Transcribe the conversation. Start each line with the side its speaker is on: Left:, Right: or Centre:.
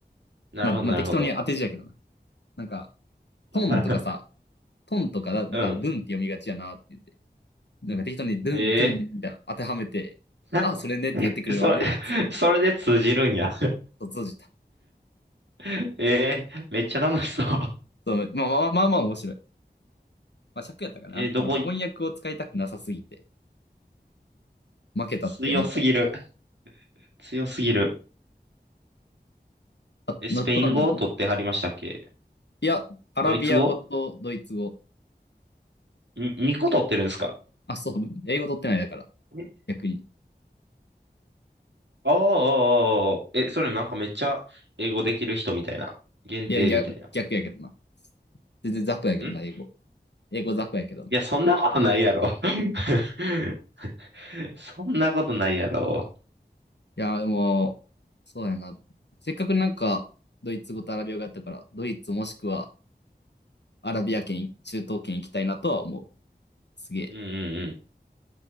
Right: なるほど、
Left: う。まあ、まあ、
Right: なるほど。
Left: 適当に当て字やけどな。なんか、
Right: <laughs>
Left: トンとかさ、トンとか、なんか、
Right: うん。
Left: ルンって読みがちやなって言って、なんか適当にルン、
Right: ええ
Left: トゥンみたいな当てはめて、
Right: <laughs>
Left: あ、それねって言ってくれるので、
Right: それ、
Left: 続ける。
Right: それで通じるんや。
Left: と、閉じた。
Right: <laughs> ええめっちゃ楽しそう。
Left: そう、まあまあまあまあ面白い。まあ尺やったかな。
Right: えーどこい、
Left: あの、翻訳を使いたくなさすぎて、
Right: ん
Left: 負けたって思うから。
Right: 強すぎる。強すぎる。
Left: あ、
Right: え、スペイン語を取ってはりましたっけ
Left: のトン、いや、アラビア語とドイツ語。
Right: ドイツ語に ?2 個取ってるんですか
Left: あ、そう、英語取ってないだから、
Right: え
Left: 逆に。
Right: ああー、あーあーえ、それなんかめっちゃ英語できる人みたいな。限定みたいな。
Left: いや、逆、逆やけどな。全然雑魚やけどな、
Right: んい
Left: 英語。英語雑魚やけどな。
Right: や、そんなことないやろ。<laughs> そんなことないやろ。
Left: いやー、でも、そうやな。せっかくなんか、ドイツ語とアラビア語やったから、ドイツもしくはアラビア圏、中東圏行きたいなとは思う。すげえ。
Right: うんうんうん。